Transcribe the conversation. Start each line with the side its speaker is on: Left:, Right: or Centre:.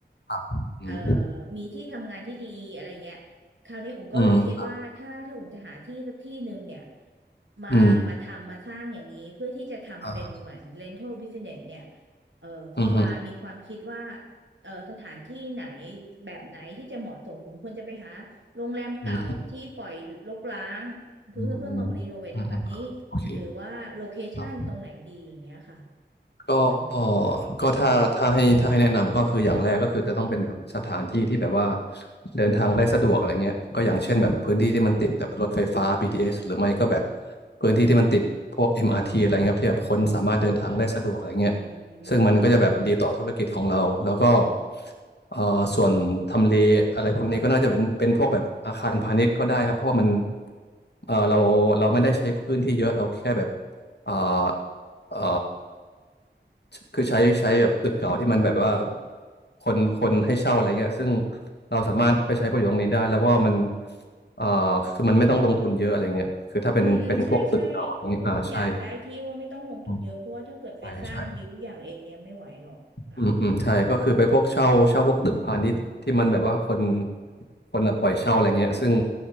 Left: ครับอืม
Right: เอ่อมีที่ทำงานที่ดีอะไรอย่างเงี้ยคราวนี้อุ่นก็เลยคิดว่าถ้าถ้าอุ่นจะหาที่สักที่หนึ่งเนี่ย
Left: อืม
Right: มามาทำมาสร้างอย่างนี้เพื่อที่จะทำเป็นเหมือน
Left: อืมอ่า
Right: rental business เนี่ยเอ่อคุณวามีความคิดว่า
Left: อืมฮึ
Right: เอ่อสถานที่ไหนแบบไหนที่จะเหมาะสมบุญควรจะไปหาโรงแรมเก่าที่ปล่อยรกร้างเพื่อเพื่อมารีโนเวททำแบบนี้
Left: อืมฮึอืมอืมอืมอืมโอเค
Right: หรือว่าโลเคชันตรงไหนดีอย่างเงี้ยค่ะ
Left: ครับ ก็
Right: ประมาณนี้
Left: ก็ถ้าถ้าให้ถ้าให้แนะนำก็คืออย่างแรกก็คือจะต้องเป็นแบบสถานที่ที่แบบว่าเดินทางได้สะดวกอะไรเงี้ยก็อย่างเช่นแบบพื้นที่ที่มันติดแบบรถไฟฟ้า BTS หรือไม่ก็แบบพื้นที่ที่มันติดพวก MRT อมอาร์ทีอะไรเงี้ยครับที่แบบคนสามารถเดินทางได้สะดวกอะไรเงี้ย
Right: อื
Left: ซึ่งมันก็จะแบบดีต่อธุรกิจของเราแล้วก็
Right: ม
Left: เอ่อส่วนทำเลอะไรพวกนี้ก็น่าจะแบบเป็นพวกแบบอาคารพาณิชย์ก็ได้ครับเพราะว่ามันเอ่อเราเราไม่ได้ใช้พื้นที่เยอะเราแค่แบบ เอ่อเอ่อคือใช้ใช้แบบตึกเก่าที่มันแบบว่าคนคนให้เช่าอะไรเงี้ยซึ่งเราสามารถไปใช้ประโยชน์ตรงนี้ได้แล้วก็มันเอ่อคือมันไม่ต้องลงทุนเยอะอะไรเงี้ยคือถ้าเป็นเป็นพวกตึกเก่าอะไรเงี้ยอ่าใช่
Right: อืมอืมใช่ใช่คืออุ่นอยากได้ที่ว่าไม่ต้องลงทุนเยอะเพราะว่าถ้าเกิดไปสร้างบิวทุกอย่างเองเนี่ยไม่ไหวหรอกค่ะ
Left: อืมใช่ใช่ อืมอืมใช่ก็คือไปพวกเช่าเช่าพวกตึกพาณิชย์ที่มันแบบว่าคนคนอะปล่อยเช่าอะไรเงี้ยซึ่ง